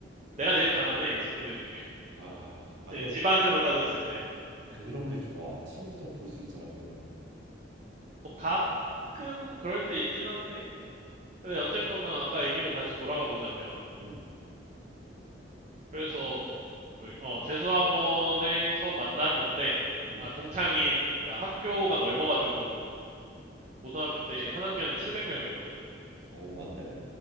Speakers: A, on the right (about 40°); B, on the right (about 70°).
A: 내가 제일 가난해 친구들 중에
B: 야, 안데
A: 제 집안으로 따졌을 때
B: 그런 게 좋아. 친구도 볼 수 있잖아. 그러면은.
A: 또 가끔 그럴 때 있긴 한데. 근데 어쨌거나 아까 얘기로 다시 돌아가 보자면.
B: 응,
A: 그래서, 뭐, 어, 재수학원에서 만났는데,
B: 응.
A: 아, 동창인, 그러니까 학교가 넓어가지고, 고등학교 때 한 학년에 700명이었거든?
B: 어, 맞네.